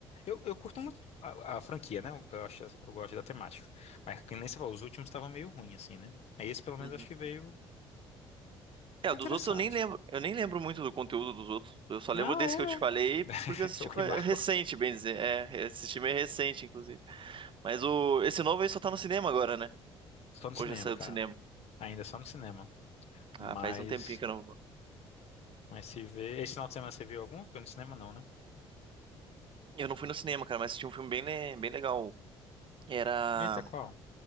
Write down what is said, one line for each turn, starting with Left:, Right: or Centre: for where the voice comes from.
Left: Eu, eu curto muito a, a franquia, né? Eu, eu acho, eu gosto da temática. Mas que nem você falou, os últimos estavam meio ruins, assim, né? Aí esse pelo menos
Right: uhum.
Left: acho que veio. Tá
Right: É, o
Left: interessante.
Right: dos outros eu nem lembro, eu nem lembro muito do conteúdo dos outros. Eu só
Left: Não,
Right: lembro desse
Left: é.
Right: que eu te falei
Left: <laughs>
Right: porque eu assisti
Left: O que
Right: foi
Left: marcou.
Right: recente, bem dizer. É, assisti meio recente, inclusive. Mas o esse novo aí só tá no cinema agora, né?
Left: Só no
Right: Hoje
Left: cinema,
Right: já saiu
Left: cara.
Right: do cinema.
Left: Ainda só no cinema. Mas.
Right: Ah, faz um tempinho que eu não vou.
Left: Mas se vê. Esse final de semana você viu algum? Foi no cinema, não, né?
Right: Eu não fui no cinema, cara, mas assisti um filme bem, le- bem legal. Era
Left: Eita, qual?